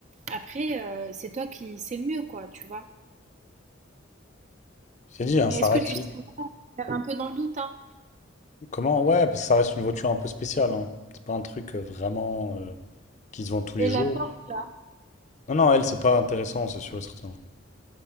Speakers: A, on the right; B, on the left.
A: Après, euh, c'est toi qui sais le mieux, quoi, tu vois.
B: Je t'ai dit, hein,
A: Mais
B: ça
A: est-ce
B: reste
A: que tu
B: une...
A: sais faire un peu dans le doute, hein?
B: Comment? Ouais, parce que ça reste une voiture un peu spéciale. hein. C'est pas un truc euh, vraiment euh, qui se vend tous
A: Et
B: les jours.
A: la porte là?
B: Non, non, elle, c'est pas intéressant, c'est sûr et certain.